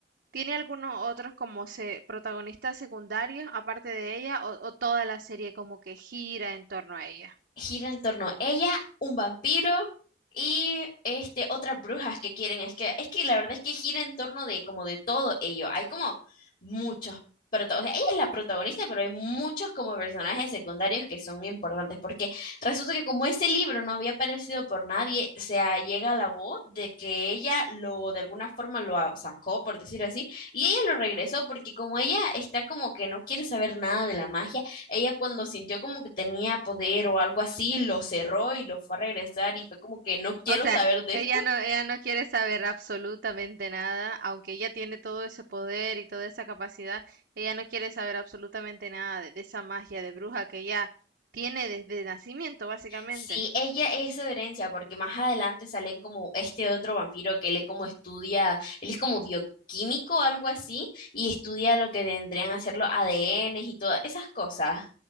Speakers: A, on the right (about 70°); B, on the left (about 50°).
A: tiene algunos otros como se protagonistas secundarios aparte de ella o o toda la serie como que gira en torno a ella?
B: gira en torno a ella, un vampiro y este otras brujas que quieren. Es que, es que la verdad es que gira en torno de como de todo ello. Hay como muchos protagonistas. ella es la protagonista, pero hay muchos como personajes secundarios que son importantes. Porque resulta que como ese libro no había aparecido por nadie, o sea, llega la voz de que ella lo de alguna forma lo a- sacó, por decir así, y ella lo regresó porque como ella está como que no quiere saber nada de la magia ella cuando sintió como que tenía poder o algo así, lo cerró y lo fue a regresar y fue como que no quiero
A: O sea,
B: saber de
A: ella
B: esto.
A: no, ella no quiere saber absolutamente nada, aunque ella tiene todo ese poder y toda esa capacidad, ella no quiere saber absolutamente nada de, de esa magia de bruja que ella tiene desde nacimiento, básicamente.
B: Sí, ella es herencia porque más adelante salen como este otro vampiro que él es como estudia, él es como bioquímico o algo así y estudia lo que tendrían a ser los ADNs y todas esas cosas.